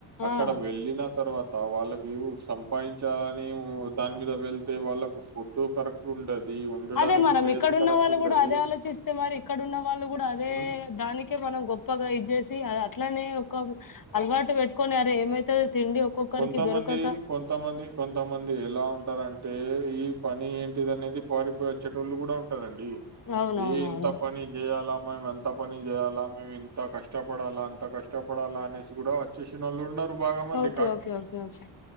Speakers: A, on the right; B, on the left.
A: అక్కడ
B: ఆ
A: వెళ్ళిన తర్వాత వాళ్ళకి సంపాదించాలని దాని మీద వెళ్తే వాళ్ళకు ఫుడ్ కరెక్ట్ ఉండది ఉండడానికి
B: అదే మనం
A: ప్లేస్
B: ఇక్కడన్న
A: కరెక్ట్
B: వాళ్ళు
A: ఉండది.
B: కూడా అదే ఆలోచిస్తే మరి ఇక్కడున్న వాళ్ళు కూడా అదే
A: హ్మ్.
B: దానికే మనం గొప్పగా ఇదిచ్చేసి అది అట్లనే ఒక అలవాటు పెట్టుకొని అరే ఏమైతది తిండి ఒక్కొక్కరికి
A: కొంతమంది
B: దొరకక
A: కొంతమంది కొంతమంది ఎలా ఉంటారంటే ఇ పని ఏంటిది అనేది పారిపోచ్చేటోళ్ళు కూడా ఉంటారండి
B: అవునవునవును
A: ఏ ఇంత పని చేయాల మేము ఎంత పని చేయాలా మేము ఎంత కష్టపడాలా అంత కష్టపడాలా అనేసి కూడా వచ్చేసిన వాళ్ళు ఉన్నారు తు భాగమండి
B: ఓకే ఓకే ఓకే ఓకే